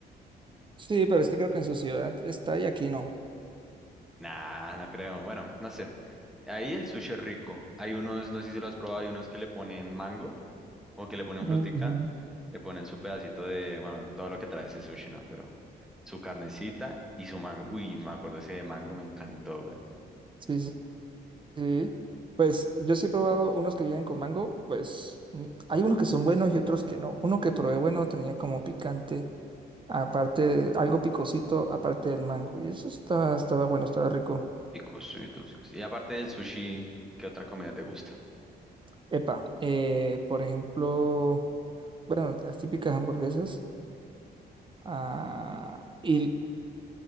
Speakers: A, on the right; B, in the centre.
A: Sí, pero es que creo que en su ciudad está y aquí no.
B: Nah, no creo. Bueno, no sé. Ahí el sushi es rico. Hay unos, no sé si lo has probado, hay unos que le ponen mango. Como que le ponen
A: Ujú.
B: frutica, le ponen su pedacito de, bueno, todo lo que trae ese sushi, ¿no? Pero su carnecita y su mango. Uy, me acuerdo ese de mango, me encantó, güey.
A: Sí, sí. Sí, pues yo sí he probado unos que vienen con mango, pues mm, hay unos que son buenos y otros que no. Uno que probé bueno tenía como picante, aparte, algo picosito, aparte del mango. Y eso estaba, estaba bueno, estaba rico.
B: Picosito, picosito. Y aparte del sushi, ¿qué otra comida te gusta?
A: Epa, eh, por ejemplo, bueno, las típicas hamburguesas. ah, y